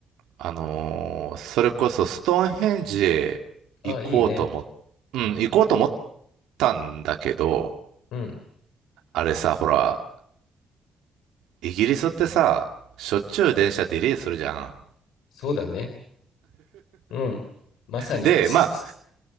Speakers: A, on the right (about 85°); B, on the left (about 85°).
A: あのーそれこそストーンヘンジへ行こうと思っ、
B: あ、いいね。
A: うん、行こうと思ったんだけど、
B: うん。
A: あれさ、ほら、イギリスってさ、しょっちゅう電車ディレイするじゃん。
B: そうだね。うん。まさに、
A: で、
B: すす
A: ま